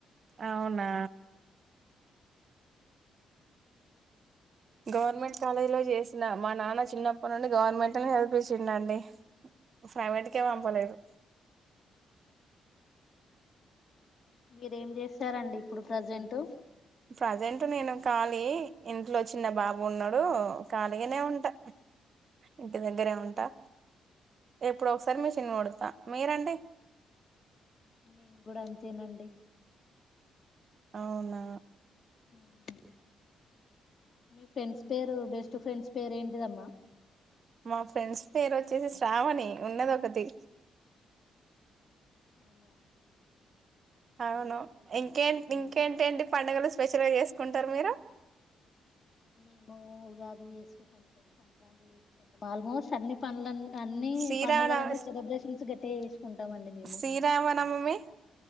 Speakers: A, on the right; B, on the left.
A: అవునా! గవర్నమెంట్ కాలేజీ లో చేసిన. మా నాన్న చిన్నప్పటి నుండి గవర్నమెంట్ని చదివిపిచ్చిండండి. ప్రైవేట్ కే పంపలేదు.
B: మీరేం చేస్తారండి ఇప్పుడు ప్రజెంట్?
A: ప్రజెంట్ నేను ఖాళీ, ఇంట్లో చిన్న బాబు ఉన్నాడు. ఖాళీగానే ఉంటా. ఇంటి దగ్గరే ఉంటా. ఎప్పుడో ఒకసారి మిషన్ కుడతా. మీరండి,
B: మేం కూడ అంతేనండి.
A: అవునా!
B: మ్ మీ ఫ్రెండ్స్ పేరు, బెస్ట్ ఫ్రెండ్స్ పేరు ఏంటిదమ్మా?
A: మా ఫ్రెండ్స్ పేరు వచ్చేసి శ్రావణి ఉన్నదొక్కతి.
B: అవునా!
A: అవును.
B: ఏం చేస్తుందమ్మా
A: ఇంకే
B: మీ ఫ్రెండ్
A: ఇంకేంటేంటి పండడుగలు స్పెషల్ గా చేసుకున్ తారు మీరు?
B: మేము ఉగాది చేసుకోకుంటాం. సంక్రాంతి చేసుకుంటాం. ఆల్మోస్ట్ అన్ని పనులన్ అన్ని
A: శ్రీరామనవ
B: పండుగలన్నీ, సెలబ్రేషన్స్ గట్టిగ చేసుకుంటాం అండి మేము.
A: శ్రీరామనవమి